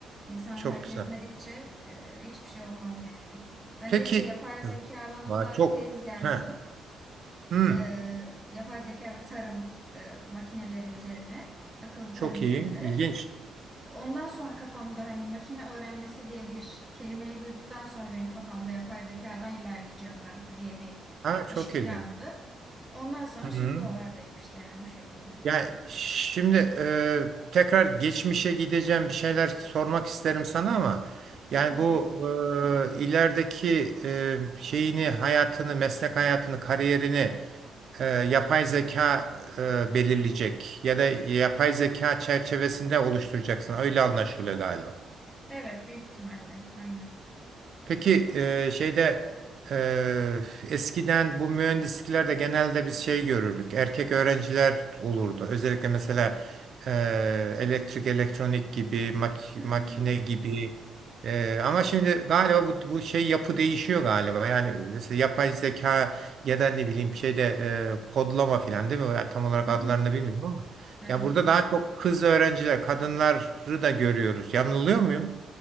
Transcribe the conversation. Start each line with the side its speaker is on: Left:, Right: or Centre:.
Centre: İnsan
Right: Çok
Centre: hareket
Right: güzel.
Centre: etmedikçe e, hiçbir şey olmaz yani. Ben
Right: Peki
Centre: de işte yapay zeka
Right: Hı.
Centre: alanında
Right: Vay, çok
Centre: tez yazdım.
Right: he. Hmm,
Centre: E, yapay zeka ve tarım e, makineleri üzerine. Akıllı
Right: çok
Centre: tarım makineleri.
Right: iyi. İlginç.
Centre: Ondan sonra kafamda hani makine öğrenmesi diye bir kelimeyi duyduktan sonra benim kafamda yapay zekadan ilerleyeceğim ben diye bir
Right: Ha çok
Centre: ışık
Right: ilginç.
Centre: yandı. Ondan sonra
Right: Hı.
Centre: şimdi buralardayım işte yani bu şekilde.
Right: Yani şimdi e, tekrar geçmişe gideceğim bir şeyler sormak isterim sana ama yani
Centre: Tabii.
Right: bu e, ilerideki e, şeyini hayatını meslek hayatını kariyerini e, yapay zeka e, belirleyecek ya da yapay zeka çerçevesinde oluşturacaksın öyle anlaşılıyor galiba.
Centre: Evet büyük ihtimalle. Aynen.
Right: Peki e, şeyde e, eskiden bu mühendisliklerde genelde biz şey görürdük. Erkek öğrenciler olurdu. Özellikle mesela e, elektrik, elektronik gibi, mak-
Centre: Hı hı.
Right: makine gibi. E, ama şimdi galiba bu, bu şey yapı değişiyor galiba. Yani mesela yapay zeka ya da ne bileyim şeyde e, kodlama falan değil mi? Ya tam olarak
Centre: Hı
Right: adlarını
Centre: hı.
Right: bilmiyorum ama.
Centre: Evet.
Right: Ya burada daha çok kız öğrenciler, kadınları da görüyoruz. Yanılıyor muyum?